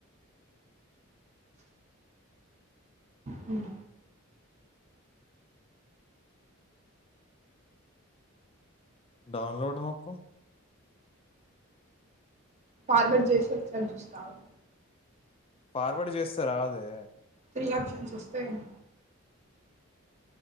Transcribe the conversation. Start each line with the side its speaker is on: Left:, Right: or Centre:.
Right: మ్మ్
Left: డౌన్లోడ్ నొక్కు
Right: ఫార్వర్డ్ జేసి ఒకసారి జూస్త ఆగు.
Left: ఫార్వర్డ్ చేస్తే రాదే
Right: త్రీ ఆప్షన్స్ వస్తయేమో